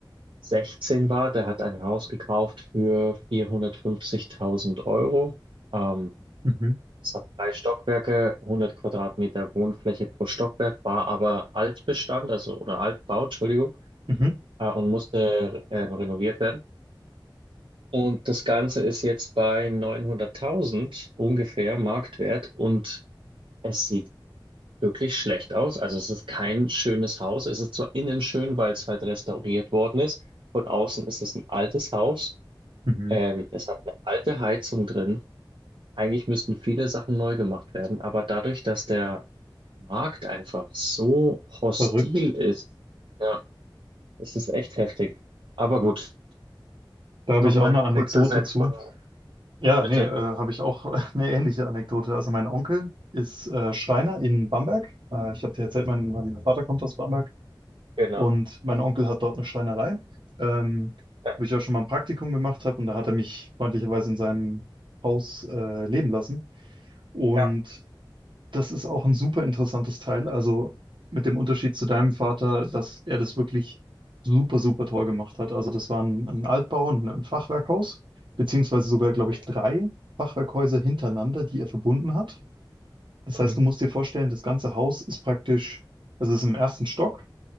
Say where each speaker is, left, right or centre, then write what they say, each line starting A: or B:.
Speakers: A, on the right (about 85°); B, on the right (about 70°).
A: 16 war, der hat ein Haus gekauft für 450.000 Euro. Ähm,
B: Mhm,
A: es hat drei Stockwerke, 100 Quadratmeter Wohnfläche pro Stockwerk, war aber Altbestand, also oder Altbau, Entschuldigung,
B: mhm,
A: äh, und musste äh, renoviert werden. Und das Ganze ist jetzt bei 900.000 ungefähr Marktwert und es sieht wirklich schlecht aus. Also es ist kein schönes Haus. Es ist zwar innen schön, weil es halt restauriert worden ist. Von außen ist es ein altes Haus.
B: mhm.
A: Ähm, es hat eine alte Heizung drin. Eigentlich müssten viele Sachen neu gemacht werden, aber dadurch, dass der Markt einfach so hostil
B: Verrückt.
A: ist, ja, es ist echt heftig. Aber gut.
B: Da habe
A: Nochmal
B: ich auch eine Anekdote
A: kurzer Senf
B: zu.
A: von mir.
B: Ja,
A: Bitte.
B: nee, äh, habe ich auch <laughs> eine ähnliche Anekdote. Also mein Onkel ist äh, Schreiner in Bamberg. Äh, ich habe dir erzählt, mein, mein Vater kommt aus Bamberg
A: Genau.
B: und mein Onkel hat dort eine Schreinerei, ähm,
A: Ja,
B: wo ich auch schon mal ein Praktikum gemacht habe und da hat er mich freundlicherweise in seinem Haus äh, leben lassen. Und
A: ja.
B: das ist auch ein super interessantes Teil. Also mit dem Unterschied zu deinem Vater, dass er das wirklich super, super toll gemacht hat. Also das war ein, ein Altbau, ein, ein Fachwerkhaus, beziehungsweise sogar,
A: Okay.
B: glaube ich, drei Fachwerkhäuser hintereinander, die er verbunden hat. Das
A: Mhm.
B: heißt, du musst dir vorstellen, das ganze Haus ist praktisch, also es ist im ersten Stock